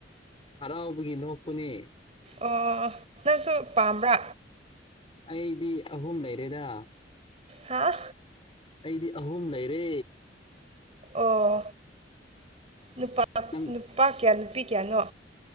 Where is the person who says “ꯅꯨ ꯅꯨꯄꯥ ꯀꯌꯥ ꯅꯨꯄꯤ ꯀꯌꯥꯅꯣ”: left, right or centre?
Right